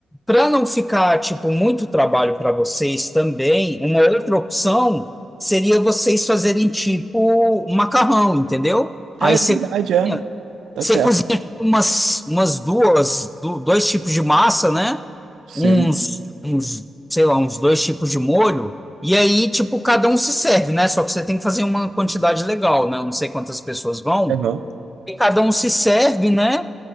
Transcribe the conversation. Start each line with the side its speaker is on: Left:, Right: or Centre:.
Centre: para não ficar tipo muito trabalho para vocês também, uma outra opção seria vocês fazerem tipo macarrão, entendeu?
Right: É
Centre: Aí
Right: verdade,
Centre: você cozinha,
Right: é. Tá
Centre: você
Right: certo.
Centre: cozinha tipo, umas umas duas du- dois tipos de massa, né?
Right: Sim.
Centre: Uns uns sei lá, uns dois tipos de molho. E aí, tipo, cada um se serve, né? Só que você tem que fazer uma quantidade legal, né? Não sei quantas pessoas vão.
Right: Legal.
Centre: E cada um se serve, né?